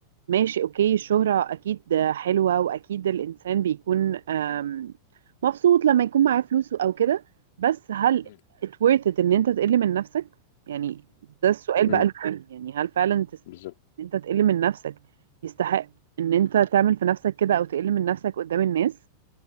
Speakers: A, on the right; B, on the left.
A: ماشي اوكي الشهرة اكيد حلوة واكيد الانسان بيكون آم، مبسوط لما يكون معاه فلوس او كده بس هل
B: امم
A: it worth it ان انت تقل من نفسك يعني ده السؤال
B: امم
A: بقى المهم يعني هل فعلا تس...
B: بالظبط
A: ان انت تقل من نفسك يستحق ان انت تعمل في نفسك كده او تقل من نفسك قدام الناس